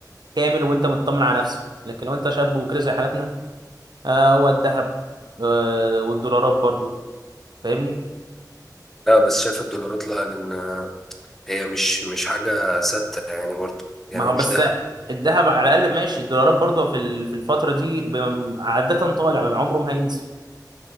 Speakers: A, on the right; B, in the centre.
A: كامل وأنت مطمن على نفسك لكن لو أنت شاب وكده زي حالتنا آه هو الدهب آه والدولارات برضو فاهمني
B: لا بس شايف الدولارات لا لأن هي مش مش حاجة ثابتة يعني برضه يعني
A: ما هو
B: هو مش
A: بس
B: ذهب
A: الدهب على الأقل ماشي الدولارات برضو في ال- في الفترة دي ب- عادة طالع عمره ما هينزل